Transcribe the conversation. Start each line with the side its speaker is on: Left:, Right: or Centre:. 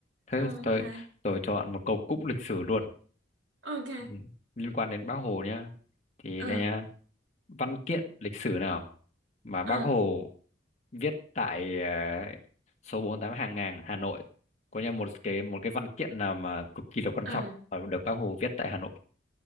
Left: thế
Right: Ờ, ok
Left: tôi tôi chọn một câu cũng lịch sử luôn
Right: Ờ, ok
Left: Ừ, liên quan đến Bác Hồ nhá thì
Right: ờ
Left: nè văn kiện lịch sử nào mà Bác
Right: ờ
Left: Hồ viết tại uh, số 48 Hàng Ngang Hà Nội có như một cái một cái văn kiện nào mà cực kỳ là quan
Right: ờ
Left: trọng và được Bác Hồ viết tại Hà Nội